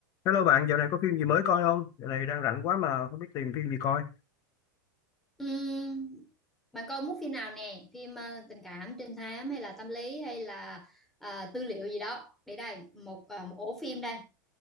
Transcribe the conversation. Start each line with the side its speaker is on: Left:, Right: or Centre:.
Left: Hello bạn, dạo này có phim gì mới coi không? Dạo này đang rảnh quá mà không biết tìm phim gì coi.
Centre: Ừm, bạn coi muốn phim nào nè phim ờ, tình cảm trinh thám hay là tâm lý hay là à, tư liệu gì đó để đây một ờ, một ổ phim đây